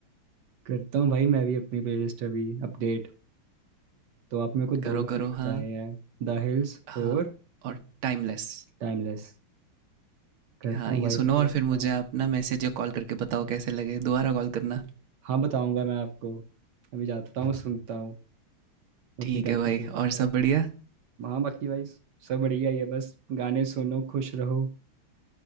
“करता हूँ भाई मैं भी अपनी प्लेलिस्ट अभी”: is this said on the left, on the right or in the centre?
Right